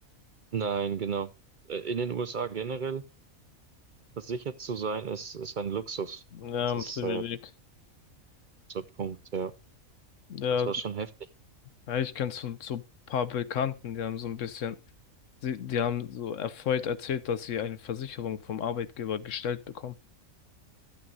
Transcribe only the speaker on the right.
Nein, genau. Äh, In den USA generell versichert zu sein, ist, ist ein Luxus.
Das
ist
äh, so ein Punkt, ja.
Das war schon heftig.